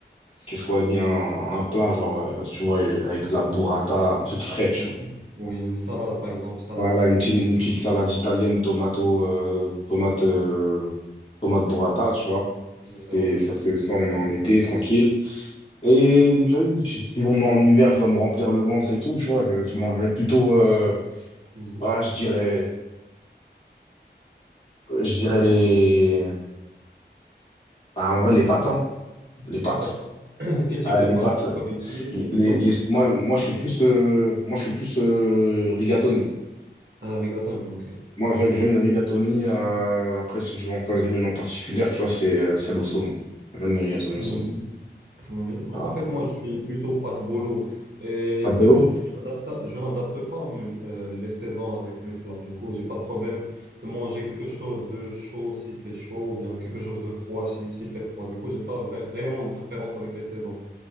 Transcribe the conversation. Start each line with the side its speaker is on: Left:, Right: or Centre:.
Left: je te choisis un, un plat, genre, euh, tu vois, euh, avec de la burrata, un truc frais, tu
Right: Mhm.
Left: vois.
Right: Oui, une salade, par exemple, une salade
Left: Voilà,
Right: italienne.
Left: une petite, une petite salade italienne, tomato, euh, tomate, euh, tomate burrata, tu vois. C'est,
Right: Ah ouais.
Left: ça, c'est, ça, on est en été, tranquille. Et tu vois, si si on est en hiver, je dois me remplir le ventre et tout, tu vois, je, je mangerais plutôt. euh,
Right: Mhm.
Left: Ouais, je dirais, je dirais les, ah, en vrai, les pâtes, hein. Les pâtes.
Right: Les pâtes. <coughs> <clears throat> Quel type
Left: Ah,
Right: de
Left: les
Right: pâtes?
Left: pâtes.
Right: Spaghetti,
Left: euh,
Right: t'es plutôt.
Left: Les, les, moi, moi, je
Right: aimé.
Left: suis plus, euh, moi, je suis plus euh, rigatoni.
Right: Ah, rigatone, ok.
Left: Moi,
Right: Ok.
Left: j'aime, j'aime le rigatoni. euh, après, si je dois en choisir une en particulier, tu vois, c'est euh, celle au saumon. J'aime le rigatoni
Right: Mhm.
Left: au saumon.
Right: Oui, en
Left: Ah.
Right: fait, moi, je suis plutôt pâte bolo. Et
Left: Pas
Right: d'habitude,
Left: de bolo?
Right: je n'adapte, je n'adapte pas mes- euh, les saisons avec mes plats. Du coup, j'ai pas de problème de manger quelque chose de chaud s'il fait chaud, ou bien quelque chose de froid si- s'il fait froid. Du coup, j'ai pas vra- réellement de préférence avec les saisons.